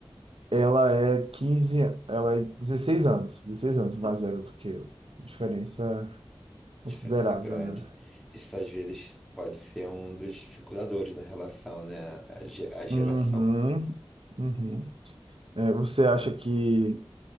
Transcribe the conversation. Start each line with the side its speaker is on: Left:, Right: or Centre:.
Right: Ela é 15 ela é dezesseis anos, 16 anos mais velha do que eu. Diferença considerável,
Centre: Diferença grande.
Right: né?
Centre: Isso às vezes pode ser um dos dificultadores da relação, né? A, ge- a geração.
Right: Uhum, uhum. É, você acha que